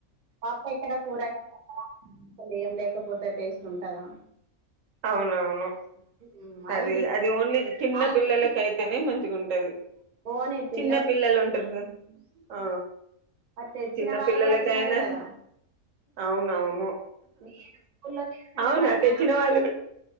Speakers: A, on the right (about 40°); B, on the right (about 70°).
A: పాప ఎక్కడ కూరగా కదా అసలు ఏం లేకపోతే టేస్ట్ ఉంటదా
B: అవునవును
A: మ్మ్ అవి
B: అదే
A: తీ
B: అది ఓన్లీ చిన్న
A: వాళ్ళు
B: పిల్లలకి
A: తినరు
B: అయితేనే
A: కదా
B: మంచిగా ఉంటది
A: పోనీ పిల్లల్ని
B: చిన్న పిల్లలు ఉంటారు ఆ
A: తెచ్చిన
B: చిన్న
A: వాళ్ళు
B: పిల్లలకైనా
A: కూడా తినరు కదా
B: అవునవును
A: నేను స్కూల్లో చేసిన
B: అవునా
A: వంట
B: తెచ్చిన వాళ్ళ